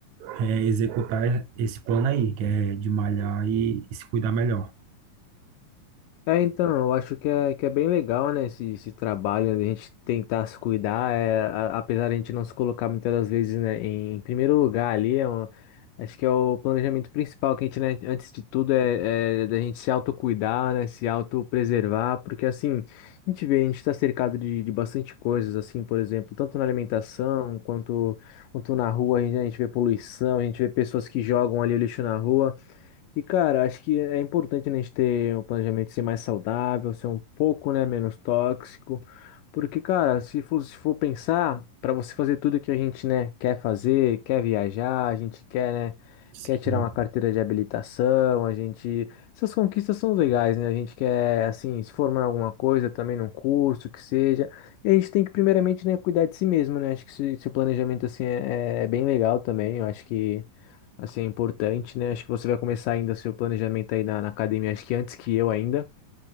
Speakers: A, on the right; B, on the left.
A: é, executar esse plano aí, que é de malhar e, e se cuidar melhor.
B: É, então, eu acho que é, que é bem legal, né, esse, esse trabalho, né, a gente tentar se cuidar, é, a- apesar de a gente não se colocar muitas das vezes, né, em primeiro lugar ali, é uma- acho que é o planejamento principal que a gente, né, antes de tudo é, é da gente se autocuidar, né, se autopreservar, porque assim, a gente vê, a gente está cercado de, de bastante coisas, assim, por exemplo, tanto na alimentação, quanto, quanto na rua, a gente, a gente vê poluição, a gente vê pessoas que jogam ali o lixo na rua, e, cara, acho que é importante, né, a gente ter um planejamento ser mais saudável, ser um pouco, né, menos tóxico. Porque, cara, se for, se for pensar, para você fazer tudo que a gente, né, quer fazer, quer viajar, a gente quer, né,
A: Sim,
B: quer tirar uma carteira de habilitação, a gente. Essas conquistas são legais, né? A gente quer, assim, se formar em alguma coisa, também num curso, que seja. E a gente tem que, primeiramente, né, cuidar de si mesmo, né? Acho que esse, esse planejamento, assim, é, é bem legal também. Eu acho que. Assim, é importante, né? Acho que você vai começar ainda seu planejamento aí na, na academia, acho que antes que eu ainda.